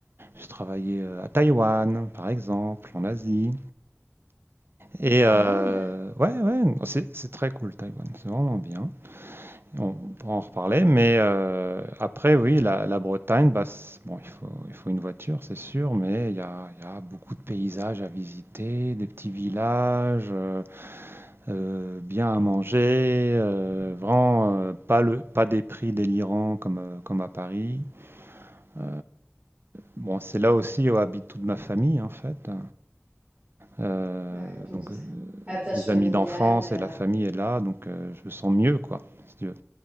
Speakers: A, on the right; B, on the right.
A: j'ai travaillé euh, à Taïwan, par exemple, en Asie. Et
B: pas
A: euh,
B: mal.
A: ouais, ouais, c'est c'est très cool, Taïwan, c'est vraiment bien. On pourra en reparler, mais euh, après, oui, la, la Bretagne, bah, c'est- bon, il faut, il faut une voiture, c'est sûr, mais il y a, il y a beaucoup de paysages à visiter, des petits villages. euh, euh, bien à manger, euh, vraiment euh, pas, le, pas des prix délirants comme, euh, comme à Paris. Euh, bon, c'est là aussi où habite toute ma famille en fait. Euh,
B: Ouais, donc
A: donc
B: tu
A: euh,
B: attache
A: les
B: familiale,
A: amis d'enfance
B: heu,
A: et la famille est là, donc euh, je me sens mieux quoi, si tu veux.